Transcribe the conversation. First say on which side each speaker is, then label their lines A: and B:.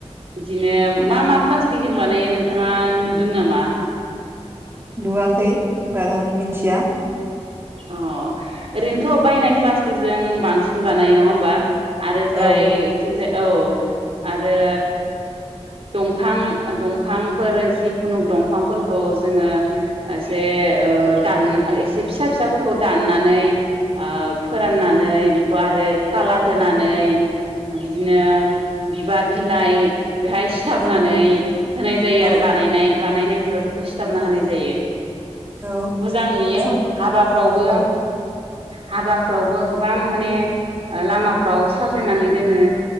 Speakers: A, on the right; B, on the right.
A: बिदिनो मा मा प्लास टिजों बानायो नोंथाङा नुदों नामा
B: नुवाखै बारा मिथिया
A: अ ओरैनोथ' बायनाय प्लास्टिकजों बांसिन बानायो नङा होमबा आरोजाय
B: औ
A: इथिंजाय औ आरो दंफां दंफांफोर जिखुनु दंफांफोरखौ जोङो एसे ओ दान एसे फिसा फिसाफोरखौ दाननानै ओ फोराननानै बेखौ आरो कालार होनानै बिदिनो बिबार बिलाइ बेहाय सिथाबनानै
B: औ
A: होनाय जायो
B: औ
A: आरो बानायनाय बानायनाय बिबारफोरखौ सिथाबना होनाय जायो
B: औ
A: मोजां नुयो
B: सम
A: हाबाफ्रावबो
B: औ
A: हाबाफ्रावबो गोबां माने ओ लामाफ्राव साजायनानै दोनो